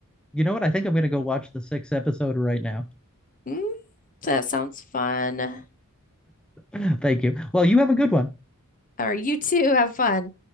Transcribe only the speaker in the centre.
You know what? I think I'm going to go watch the sixth episode right now.
<laughs> Thank you. Well, you have a good one.